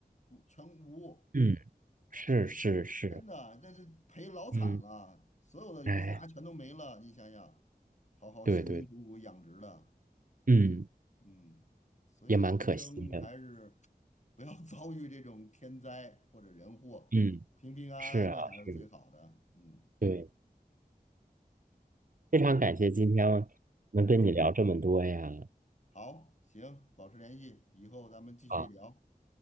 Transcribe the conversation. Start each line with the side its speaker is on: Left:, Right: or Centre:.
Left: 全无，
Right: 嗯，是是是，
Left: 哎真的那是赔老惨了，
Right: 嗯，
Left: 所有的鱼虾全都没了。
Right: 哎，
Left: 你想想，好好辛辛苦苦养殖的，
Right: 对对，嗯，
Left: 嗯，所以人生还是
Right: 也蛮可惜的。
Left: 不要 <laughs> 遭遇这种天灾或者人祸，
Right: 嗯，
Left: 平平安安的还是最好的，
Right: 是啊，是，
Left: 嗯。
Right: 对，非常感谢今天能跟你聊这么多呀。
Left: 好，行，保持联系，以后咱们继续聊。
Right: 啊，